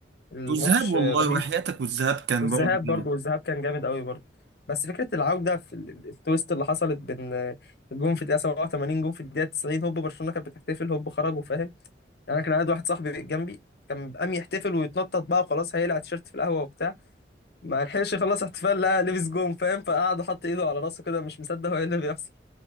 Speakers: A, on the left; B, on the right.
A: الماتش
B: والذهاب والله
A: آه، رهيب
B: وحياتك والذهاب كان
A: والذهاب
B: برضه جامد.
A: برضو والذهاب كان جامد قوي برضو بس فكره العوده في ال- ال- التويست اللي حصلت بين آه، الجون في الدقيقه 87 جون في الدقيقه 90 هوب برشلونه كانت بتحتفل هوب خرجوا فاهم يعني انا كان قاعد واحد صاحبي جنبي كان قام يحتفل ويتنطط بقى وخلاص هيقلع التيشيرت في القهوه وبتاع ما لحقش يخلص احتفال لا لبس جون فاهم فقعد حط ايده على راسه كده مش مصدق هو ايه اللي بيحصل